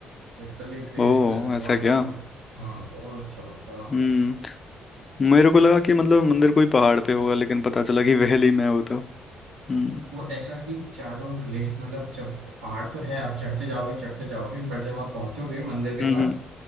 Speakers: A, on the right; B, on the left.
A: लिटरली क्रेजी
B: ओ
A: प्लेस है बहुत
B: ऐसा क्या
A: अच्छा लग हाँ बहुत अच्छा लगता है
B: हम्म मेरे को लगा कि मतलब मंदिर कोई पहाड़ पे होगा लेकिन पता चला कि वैली में है वो तो हम्म
A: वो ऐसा कि चारों ग्लेश मतलब जब पहाड़ तो है आप चढ़ते जाओगे चढ़ते जाओगे बट जब आप पहुंचोगे मंदिर के
B: हम्म
A: पास
B: हम्म